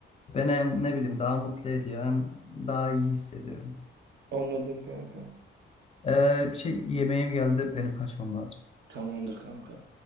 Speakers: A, on the left (about 30°); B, on the right (about 60°).
A: Beni hem ne bileyim daha mutlu ediyor hem daha iyi hissediyorum.
B: Anladım kanka.
A: Ee, şey yemeğim geldi benim kaçmam lazım.
B: Tamamdır kanka.